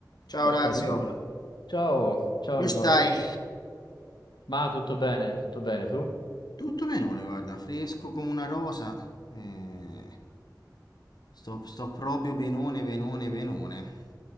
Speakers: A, on the left; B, on the left.
A: Ciao
B: Ascolta
A: Orazio,
B: Nicola. Ciao, ciao
A: come
B: Nicola.
A: stai?
B: Ma tutto bene, tutto bene tu?
A: Tutto benone, guarda, fresco come una rosa. eh, sto, sto proprio benone, benone, benone.